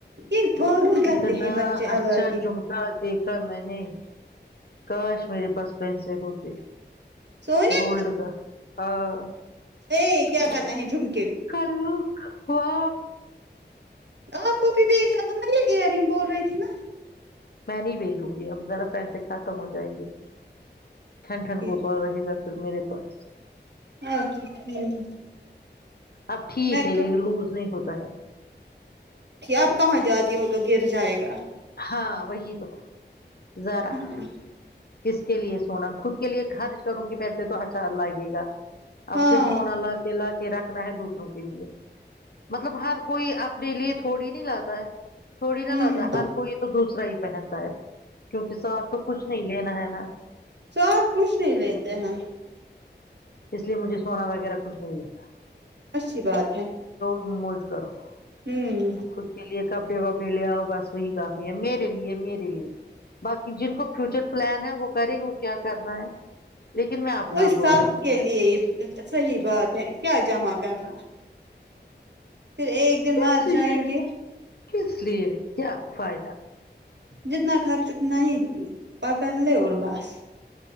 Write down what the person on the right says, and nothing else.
ایک پاگل کرتے
ہیں بچے
الگ
سونے
ا کیا کرنا ہے جھمک
آپ کو بھیھی بھیجنا تھا نا یہ ایئر رنگ بول رہی تھی نا
یہ
اچھا ٹھیک
میں
آپ کہاں جاتی ہو تو تو گر جائے گا
ہاں
ہاں
ہوں
سوات کچھ نہیں لیتے ہیں
اچھی بات ہے
ہوں
وہ
سب
کے
لیے صحیح بات ہے کیا جمع کرنا پھر ایک دن
مار جائیں
گے
جتنا خرچ اتنا ہی پکڑ لے اور بس